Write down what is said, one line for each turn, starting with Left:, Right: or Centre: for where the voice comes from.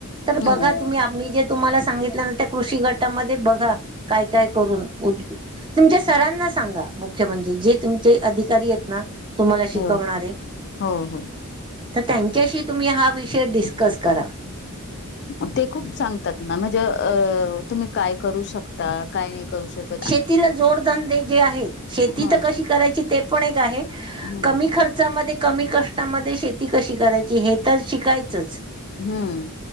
Right: तर
Left: हम्म
Right: बघा तुम्ही आम्ही जे तुम्हाला सांगितलं त्या कृषी गटामध्ये बघा काय काय करून. तुमच्या सरांना सांगा, मुख्य म्हणजे जे तुमचे अधिकारी आहेत ना, तुम्हांला शिकवणारे.
Left: हो हो हो
Right: तर त्यांच्याशी तुम्ही हा विषय डिस्कस करा.
Left: मग ते खूप सांगतात ना, म्हणजे अ तुम्ही काय करू शकता, काय नाही करू शक
Right: शेतीला जोडधंदे जे आहेत, शेती
Left: ह
Right: तर कशी करायची ते पण एक आहे.
Left: हम्म
Right: कमी खर्चामध्ये, कमी कष्टामध्ये शेती कशी करायची हे तर शिकायचंच.
Left: हं..